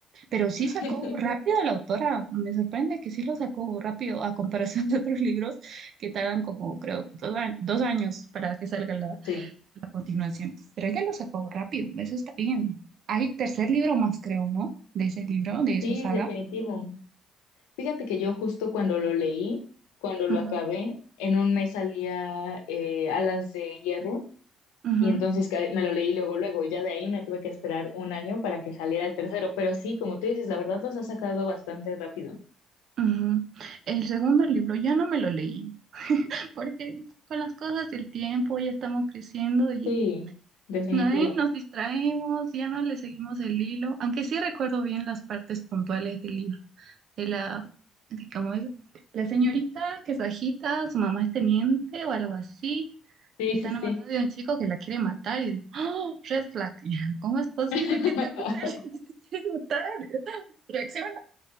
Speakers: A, on the right; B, on the left.
A: Pero sí sacó
B: <laughs>
A: rápido la autora, me sorprende que sí lo sacó rápido a comparación <laughs> de otros libros que tardan como creo dos, a- dos años para que salga la,
B: sí,
A: la continuación. Pero ella lo sacó rápido, eso está bien. Hay tercer libro más, creo, ¿no? De ese libro, de esa
B: sí,
A: saga.
B: definitivo. Fíjate que yo justo cuando lo leí, cuando lo
A: Ujú,
B: acabé, en un mes salía eh, Alas de Hierro
A: ujú,
B: Y entonces que me lo leí luego, luego, y ya de ahí me tuve que esperar un año para que saliera el tercero. Pero sí, como tú dices, la verdad los ha sacado bastante rápido.
A: ujú. El segundo libro ya no me lo leí, <laughs> porque con las cosas del tiempo ya estamos creciendo y
B: Sí, definitivo.
A: no, ¿eh? Nos distraemos, ya no le seguimos el hilo, aunque sí recuerdo bien las partes puntuales del libro. de la, ¿cómo es? La señorita que es bajita, su mamá es teniente o algo así,
B: Sí,
A: y
B: sí,
A: está enamorada
B: sí.
A: de un chico que la quiere matar, y digo, ¡Oh, red flag! <laughs> ¿Cómo es posible
B: <laughs>
A: que te guste alguien que te quiere matar? Reacciona.